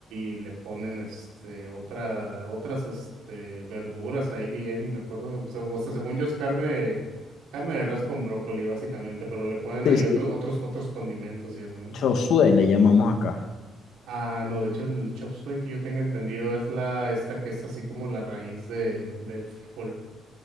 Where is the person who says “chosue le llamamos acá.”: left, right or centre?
Left